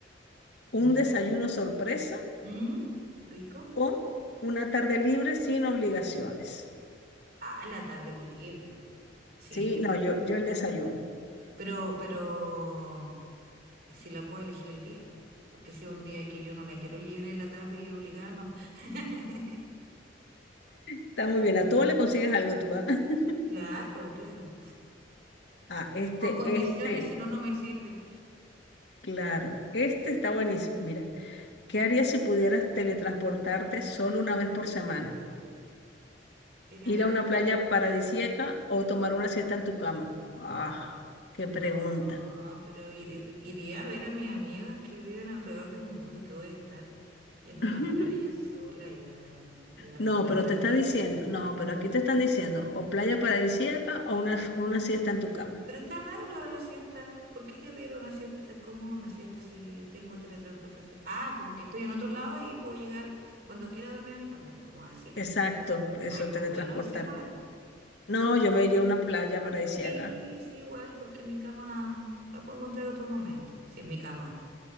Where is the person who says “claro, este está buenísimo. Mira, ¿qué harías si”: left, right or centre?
Left